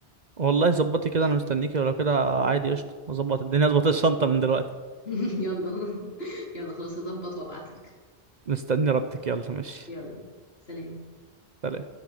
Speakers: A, on the right; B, on the left.
A: والله ظبطي كده
B: يلا
A: انا مستنيكي ولو كده عادي قشطه اظبط الدنيا اظبط الشنطه من دلوقتي
B: <laughs> يلا <laughs> يلا خلاص هظبط وابعتلك
A: مستني ردك يلا ماشي
B: يلا سلام
A: سلام